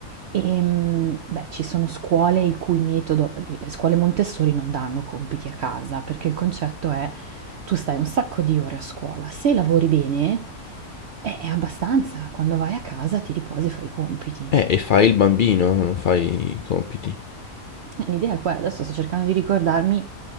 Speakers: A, on the right; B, on the left.
A: Ehm, beh, ci sono scuole il cui metodo, le scuole Montessori non danno compiti a casa, perché il concetto è tu stai un sacco di ore a scuola, se lavori bene è, è abbastanza, quando vai a casa ti riposi e fai i compiti.
B: Eh, e fai il bambino, non fai i compiti.
A: L'idea è quella, adesso sto cercando di ricordarmi